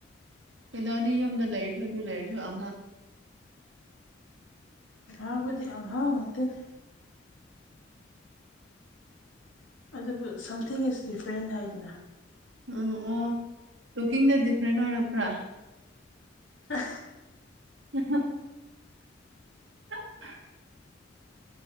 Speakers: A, on the right; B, on the left.
A: ꯀꯩꯗꯧꯅꯤ ꯌꯨꯝꯗ ꯂꯩꯔꯁꯨ ꯑꯗꯨ ꯂꯩꯔꯁꯨ ꯑꯃ
B: ꯑꯝꯍꯕꯨꯗꯤ ꯑꯝꯍꯥꯎ ꯉꯥꯛꯇꯅꯦ ꯑꯗꯨꯕꯨ ꯁꯝꯊꯤꯡ ꯏꯁ ꯗꯤꯐ꯭ꯔꯦꯟ ꯍꯥꯏꯗꯅ
A: ꯎꯝ ꯑꯣ ꯀꯨꯀꯤꯡꯗ ꯗꯤꯐ꯭ꯔꯦꯟ ꯑꯣꯏꯔꯛꯄ꯭ꯔꯥ
B: ꯑ
A: ꯎ <unintelligible>